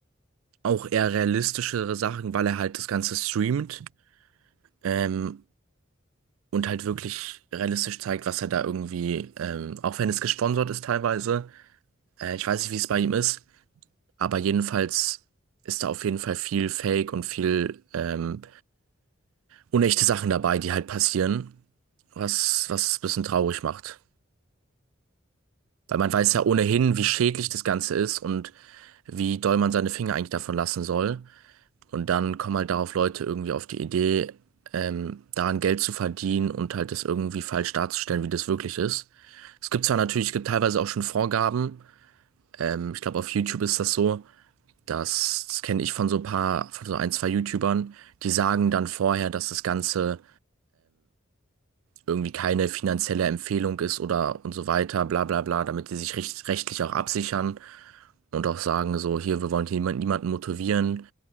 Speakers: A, on the right (about 85°); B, on the right (about 40°).
A: auch eher realistischere Sachen, weil er halt das Ganze streamt. Ähm, und halt wirklich realistisch zeigt, was er da irgendwie, ähm, auch wenn es gesponsert ist teilweise, äh, ich weiß nicht, wie es bei ihm ist, aber jedenfalls ist da auf jeden Fall viel Fake und viel ähm, unechte Sachen dabei, die halt passieren, was, was es ein bisschen traurig macht. Weil man
B: man
A: weiß
B: kann
A: ja
B: dadurch
A: ohnehin,
B: auch
A: wie
B: nicht,
A: schädlich
B: ähm,
A: das Ganze ist und wie doll man seine Finger eigentlich davon lassen soll. Und dann kommen halt darauf Leute irgendwie auf die Idee, ähm, daran Geld zu verdienen und halt das irgendwie falsch darzustellen, wie das wirklich ist. Es gibt zwar natürlich, es gibt teilweise auch schon Vorgaben. Ähm, ich glaube, auf YouTube ist das so. Das, das kenne ich von so ein paar, von so ein, zwei YouTubern. Die sagen dann vorher, dass das Ganze irgendwie keine finanzielle Empfehlung ist oder und so weiter, bla bla bla, damit die sich recht, rechtlich auch absichern und auch sagen, so, hier, wir wollen hier niemand, niemanden motivieren.